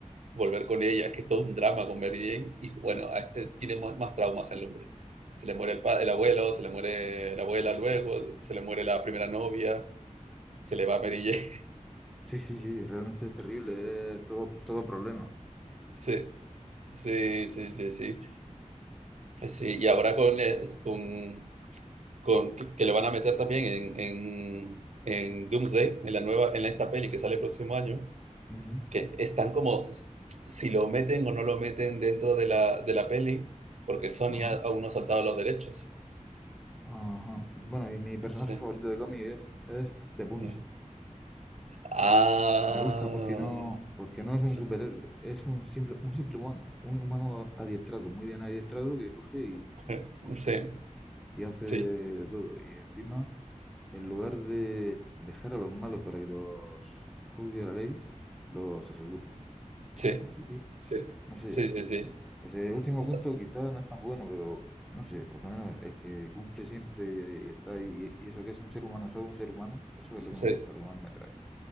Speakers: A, on the right (about 60°); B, in the centre.
A: volver con ella. Es que es todo un drama con Mary Jane. Y bueno, a este tiene más, más traumas el hombre. Se le muere el, pa- el abuelo, se le muere la abuela luego, se le muere la primera novia, se le va Mary Jane. <laughs>
B: Sí, sí, sí, realmente es terrible, es todo, todo problemas.
A: Sí, sí, sí, sí, sí. Sí, y ahora con, eh, con, con que que lo van a meter también en, en, en, Doomsday, en la nueva, en esta peli que sale el próximo año,
B: Ujú,
A: que están como si lo meten o no lo meten dentro de la, de la peli, porque Sony
B: Ajá,
A: ha- aún no ha saltado los derechos.
B: ajá. Bueno, y mi personaje
A: Sí.
B: favorito de cómic es, es The Punisher.
A: sí. Ah.
B: Me gusta porque no, porque no es
A: Sí,
B: un superhéroe, es un simple, un simple humano, un humano adiestrado, muy bien adiestrado, que coge y
A: <laughs>
B: cumple
A: sí,
B: y hace de
A: sí,
B: todo. Y encima, en lugar de dejar a los malos para que los juzgue la ley, los ejecuta.
A: sí,
B: Así,
A: sí,
B: no sé,
A: sí. sí. sí.
B: Ese último
A: Hasta,
B: punto quizás no es tan bueno, pero no sé, por lo menos es que cumple siempre y, y está ahí. Y, y eso que es un ser humano, solo un ser humano, eso
A: sí.
B: es lo que me gusta, lo que más me atrae.